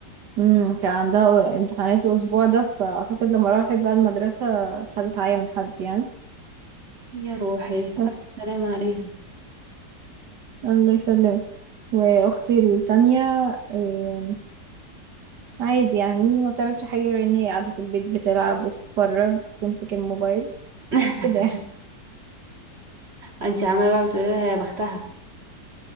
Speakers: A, on the right; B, on the right.
A: امم كان عندها امتحانات الاسبوع ده فاعتقد لما راحت بقى المدرسة خدت عيا من حد يعني
B: يا روحي
A: بس
B: ألف سلامة عليها
A: الله يسلمك واختي التانية آم، عادي يعني ما بتعملش حاجة غير ان هي قاعدة في البيت بتلعب وتتفرج تمسك الموبايل
B: <laughs>
A: كده يعني
B: انتي عمالة بقى بتقولي لها يا بختها